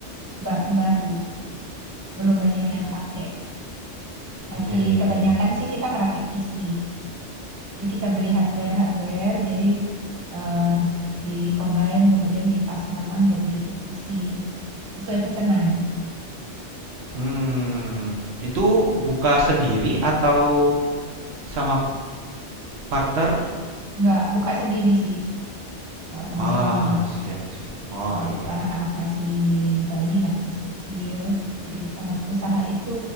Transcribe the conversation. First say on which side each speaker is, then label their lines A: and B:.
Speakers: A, on the right (about 30°); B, on the right (about 65°).
A: barang baru, belum banyak yang pakai. Masih
B: Iya, iya,
A: kebanyakan
B: iya.
A: sih kita ngerakit PC. Jadi kita beli hardware hardware, jadi eh, di-combine kemudian dipasang-pasang jadi PC sesuai pesanan.
B: Hmm, itu buka sendiri atau sama partner?
A: Nggak buka sendiri sih eh, sama
B: Ah,
A: suami
B: siap, siap. Oh,
A: Eh,
B: iya,
A: waktu anak-anak
B: iya.
A: masih bayi lah, masih kecil. Jadi kita masih usaha itu